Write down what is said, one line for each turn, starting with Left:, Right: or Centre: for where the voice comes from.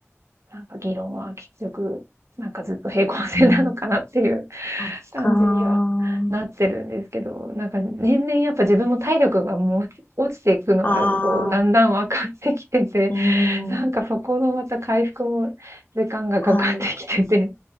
Right: なんか議論は結局、なんかずっと平行線なのかなっていう
Left: ん、そっかー。
Right: 感じにはなってるんですけど、なんか年々やっぱ自分も体力がもう落ちていくのがこうだんだん分かってきてて、
Left: ああ、うん、
Right: なんかそこのまた回復も時間がかかってきてて、
Left: はい。